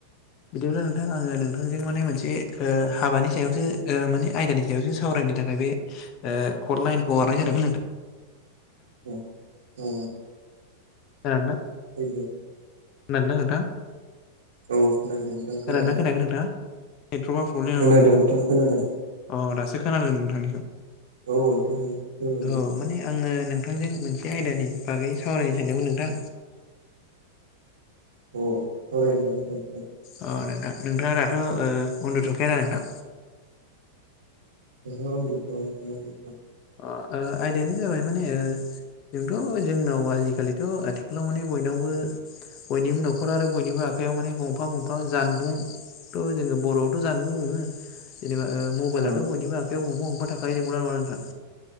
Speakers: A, on the left; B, on the right.
A: बिदिब्ला नोंथां आङो नोंथांजों माने मोनसे ओ हाबानि सायावसो ओ माने आयदानि सायावसो साव रायनो थाखाय बे ओ कल लाइनखौ हरनाय जादोंमोन नोंथां
B: औ औ
A: खोनादोंना
B: <inaudible>
A: खोनादोंना नोंथां?
B: औ खोनादों नोंथां
A: खोनादोंना
B: खोनादों
A: खोनायाखै नोंथाङा नेटवर्कआ प्रब्लेम
B: खोनादों
A: नामा नोंथां
B: खोनादों
A: अ दासो खोनादों नोंथांनिखौ।
B: औ नोंथां
A: औ माने आङो नों थांजों मोनसे आयदानि बागै सावरायनो सानदोंमोन नोंथां
B: अ सावरायनो हागोन दे
A: अ नोंथां नोंथाङा दाथ' ओ उन्दुथ'खाया ना नोंथां?
B: <inaudible>
A: अ ओ आयदायानो जाबाय माने ओ जोंथ' जोंनाव आजिखालिथ' आथिखालाव माने बयनावबो बयनिबो न'खर आरो बयनिबो आखायाव माने गंफा गंफा जानबुं थ' जोङो बर'आवथ' जानबुं बुङो जेनबा मबाइलाथ'
B: औ
A: बयनिबो आखायाव गंफा गंफा थाखायो नंगौना नङा नोंथां?